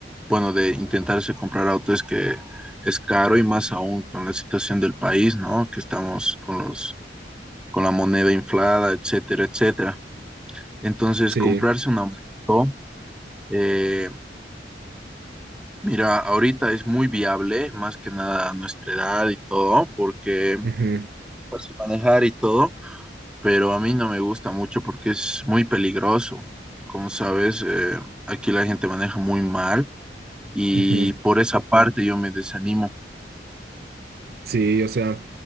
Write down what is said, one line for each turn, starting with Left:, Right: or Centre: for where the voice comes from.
Centre: bueno, de intentarse comprar auto es que es caro y más aún con la situación del país, ¿no? Que estamos con los, con la moneda inflada, etcétera, etcétera. Entonces,
Right: Sí,
Centre: comprarse una moto. eh, Mira, ahorita es muy viable, más que nada a nuestra edad y todo, porque
Right: ujú,
Centre: fácil manejar y todo, pero a mí no me gusta mucho porque es muy peligroso. Como sabes, eh, aquí la gente maneja muy mal y
Right: ujú.
Centre: por esa parte yo me desanimo.
Right: Sí, o sea,